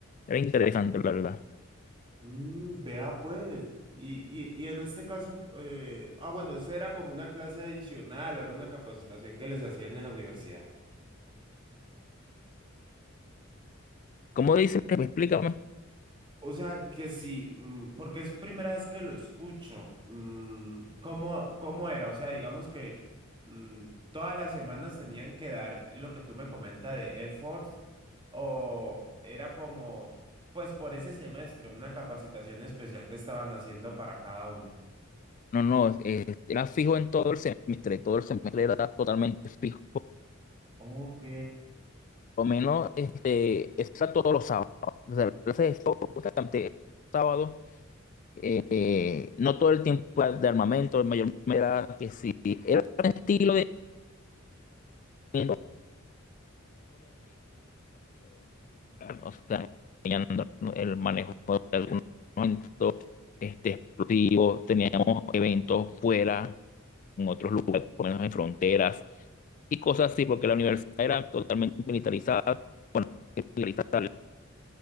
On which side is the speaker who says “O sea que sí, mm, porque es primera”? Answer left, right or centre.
Right